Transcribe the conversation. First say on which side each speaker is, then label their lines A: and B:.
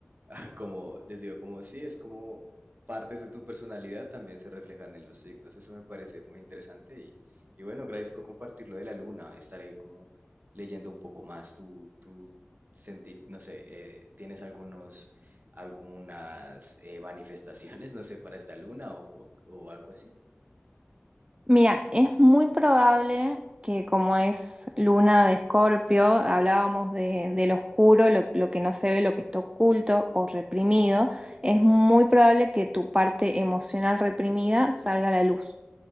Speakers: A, on the right; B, on the right.
A: <laughs> como, les digo, como sí, es como partes de tu personalidad también se reflejan en los signos. Eso me parece muy interesante y, y bueno, gracias por compartirlo de la luna. Estaré como leyendo un poco más tú tú sentir, no sé, eh, ¿tienes algunos, algunas eh, manifestaciones, <laughs> no sé, para esta luna o, o o algo así?
B: Mira, es muy probable que como es luna de Escorpio, hablábamos de, de lo oscuro, lo, lo que no se ve, lo que está oculto o reprimido, es muy probable que tu parte emocional reprimida salga a la luz.